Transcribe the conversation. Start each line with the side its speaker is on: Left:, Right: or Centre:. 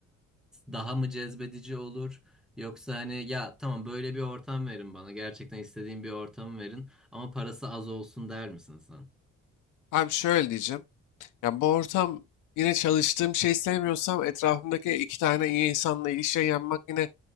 Centre: daha mı cezbedici olur? Yoksa hani ya tamam böyle bir ortam verin bana gerçekten istediğim bir ortamı verin ama parası az olsun der misin sen?
Left: Abi şöyle diyeceğim. Ya bu ortam yine çalıştığım şeyi sevmiyorsam etrafımdaki iki tane iyi insanla ilişkiye yanmak yine